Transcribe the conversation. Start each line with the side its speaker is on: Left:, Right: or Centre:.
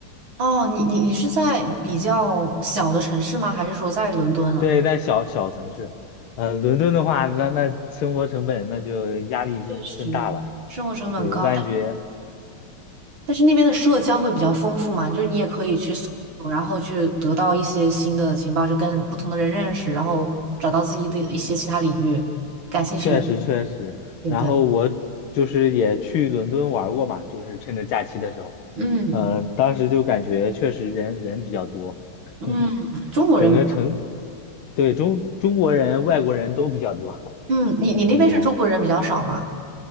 Right: 哦，你你你是在比较小的城市吗？还是说在伦敦啊？
Left: 对，在小小城市，呃，伦敦的话，那那生活成本那就压力就更大了。
Right: 确实，生活成本高，
Left: 对，我感觉。
Right: 但是那边的社交会比较丰富嘛，就是你也可以去搜索，然后去得到一些新的情报，就跟不同的人认识，然后找到自己的一些其他领域感兴趣的，
Left: 确实确实，
Right: 对不对？
Left: 然后我就是也去伦敦玩过嘛，就是趁着假期的时候，
Right: 嗯，
Left: 嗯，当时就感觉确实人人比较多，
Right: 嗯，
Left: <laughs>
Right: 中国人比较，
Left: 整个城，对，中中国人、外国人都比较多，
Right: 嗯，
Left: <laughs>
Right: 你你那边是中国人比较少吗？
Left: 你这么说。